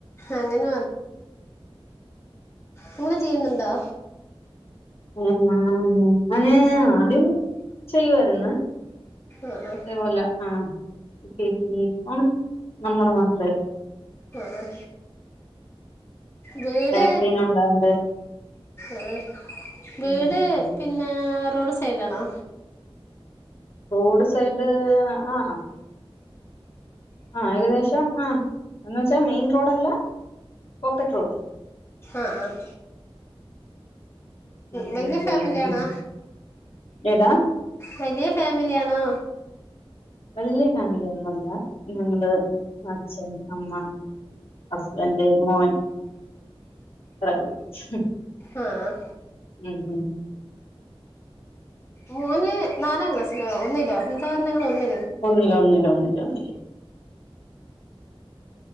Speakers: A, on the left; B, on the left.
A: അങ്ങനെ കൂൺ ചെയ്യ്ന്ന്ണ്ടോ
B: <unintelligible> ആദ്യം ചെയ്യാര്ന്ന്
A: ആഹ് ആഹ്
B: തേപോലെ ആ ഇ ഇപ്പം നമ്മടെ മാത്രേ
A: ആഹ വീട്
B: ബാക്ക് പെയിൻ ഉണ്ടായോണ്ട്
A: ഏ വീട്
B: ഉം
A: പിന്നെ റോഡ് സെയ്ടാണോ
B: റോഡ് സൈഡ് അ അ ആ ഏകദേശം ആ എന്ന് വെച്ചാ മെയിൻ റോഡല്ല പോക്കറ്റ് റോഡ്
A: ആഹ് ആഹ്
B: അങ്ങനെ
A: വേല്യ
B: ഇരിക്കുന്ന
A: ഫാമിലിആണോ
B: ഉം ഏതാ
A: വലിയ ഫാമി ആണോ
B: വല്യ ഫാമിലി ഒന്നും അല്ല ഞങ്ങള് അച്ഛൻ അമ്മ ഹസ്ബൻഡ് മോൻ <unintelligible>
A: ആഹ് ആഹ്
B: ഉം ഹും
A: മോന് നാലാ ക്ലാസ് ഹലോ ഒന്നുല്ലേ ഉദാഹരങ്ങള് ഒന്നു
B: ഒന്നില് ഒന്നില് ഒന്നിട്ട് ഒന്നില്